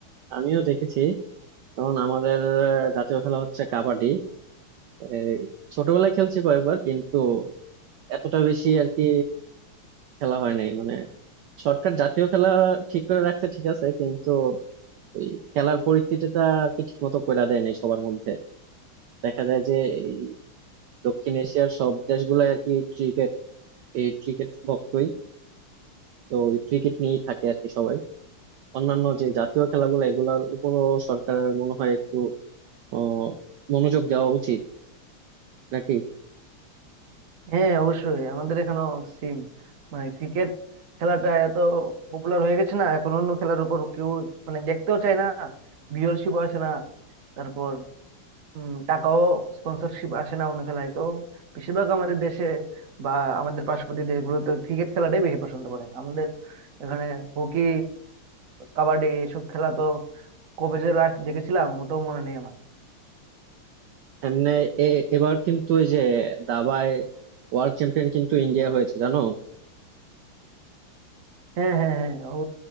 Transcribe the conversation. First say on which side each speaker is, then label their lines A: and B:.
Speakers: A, on the right; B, on the right.
A: আমিও দেখেছি কারণ আমাদের আহ, জাতীয় খেলা হচ্ছে কাবাডি এই, ছোটবেলায় খেলছি কয়েকবার কিন্তু এতটা বেশি আর কি খেলা হয় নাই মানে সরকার জাতীয় খেলা ঠিক করে রাখছে ঠিক আছে কিন্তু ওই খেলার পরিস্থিতিটা আর কি ঠিক মতো করে দেয় নাই সবার মধ্যে দেখা যায় যে এই দক্ষিণ এশিয়ার সব দেশগুলাই আর কি ক্রিকেট এই ক্রিকেট ভক্তই তো এই ক্রিকেট নিয়েই থাকে আর কি সবাই অন্যান্য যে জাতীয় খেলাগুলো এগুলার উপরও সরকারের মনে হয় একটু আহ মনোযোগ দেওয়া উচিত নাকি
B: হ্যাঁ অবশ্যই আমাদের এখানেও সিম মানে ক্রিকেট খেলাটা এত পপুলার হয়ে গেছে না এখন অন্য খেলার উপর কেউ মানে দেখতেও চায় না ভিউয়ারশিপ আসে না তারপর উম, টাকাও স্পন্সরশিপ আসে না অন্য খেলায় তো বেশিরভাগ আমাদের দেশে বা আমাদের পার্শ্ববর্তী দেশগুলোতে ক্রিকেট খেলাটাই বেশি পছন্দ করে আমাদের এখানে হকি কাবাডি এসব খেলা তো কবে যে লাস্ট দেখেছিলাম ওটাও মনে নেই আমার
A: এমনি এ এবার কিন্তু এই যে দাবায় ওয়ার্ল্ড চ্যাম্পিয়ন কিন্তু ইন্ডিয়া হয়েছে জানো
B: হ্যাঁ হ্যাঁ হ্যাঁ ও